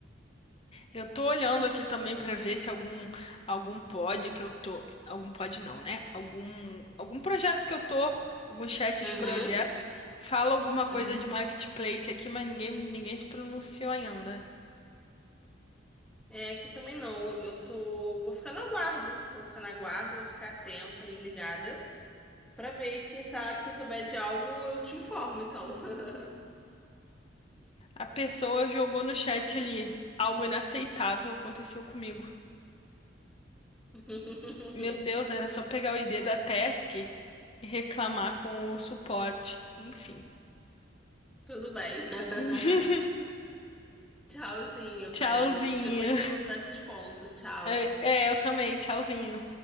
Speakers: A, on the left; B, in the centre.
A: Eu tô olhando aqui também pra ver se algum algum pod que eu tô, algum pod não, né? Algum algum projeto que eu tô, algum chat
B: Uhum,
A: de projeto fala alguma coisa
B: uhum.
A: de marketplace aqui, mas ninguém ninguém se pronunciou ainda.
B: É que também não. Eu tô. Vou ficar no aguardo. Vou ficar na guarda, vou ficar atenta e ligada. Pra ver, quem sabe, se eu souber de algo, eu te informo, então. <laughs>
A: A pessoa jogou no chat ali algo inaceitável aconteceu comigo.
B: <laughs>
A: Meu Deus, era só pegar o ID da task e reclamar com o suporte. Enfim.
B: Tudo bem. <laughs>
A: <laughs>
B: Tchauzinho,
A: Tchauzinho.
B: bem. Qualquer coisa, novidade eu te conto. Tchau.
A: É, é, eu também. Tchauzinho.